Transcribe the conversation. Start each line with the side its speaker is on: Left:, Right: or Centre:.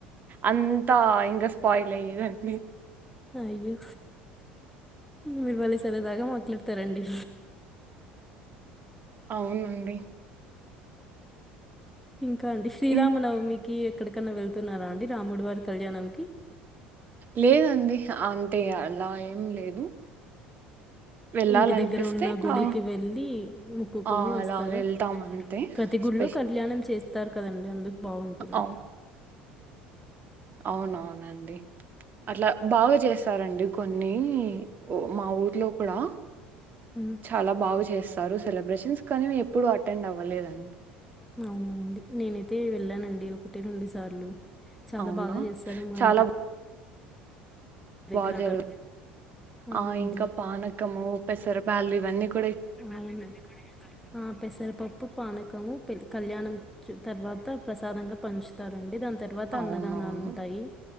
Right: అంతా ఇంగస్ పాయిలయ్యే దండి
Centre: అయ్యో మీరు భలే సరదాగా మాట్లాడ్తారండి.
Right: అవునండి
Centre: ఇంకా అండి శ్రీరామనవమికి
Right: ఇం
Centre: ఎక్కడికన్నా వెళ్తున్నారా అండి రాముడివారి కళ్యాణం
Right: లేదండి అంతే అలా ఏం లేదు. వెళ్ళాలనిపిస్తే
Centre: ఇంటి దగ్గర ఉన్న
Right: ఇంగా
Centre: గుడికి వెళ్ళి మొక్కుకొని
Right: ఆ
Centre: వస్తారా
Right: అలా వెళ్తాం అంతే
Centre: ప్రతి గుళ్లో
Right: స్పె
Centre: కళ్యాణం చేస్ కదండి అందుక్ బాగుంటుంది.
Right: అవు అవునవునండి అట్లా బాగా చేస్తారండి కొన్ని మా ఊర్లో కూడా
Centre: ఉమ్,
Right: చాలా బాగు చేస్తారు సెలబ్రేషన్స్ కానీ మేం ఎప్పుడు అటెండ్ అవ్వలేదం
Centre: అవునా అండి నేనైతే వెళ్ళానండి ఒకటి రొండు సా సార్లు చాలా
Right: అవును
Centre: బాగా చేస్తారు మా
Right: చాలా
Centre: ఇంటి దగ్గర
Right: బా జరుగే
Centre: కల అవునండి
Right: ఆ ఇంకా పానకము పెసర బ్యాళ్లు ఇవన్నీ క్
Centre: అవును ఆ పెసరపప్పు, పానకము పెళ్ కళ్యాణం చూ తర్వాత ప్రసాదంగా పంచుతారండి దాన్ తర్వాత
Right: అవునవును
Centre: అన్నదానాలు ఉంటాయి.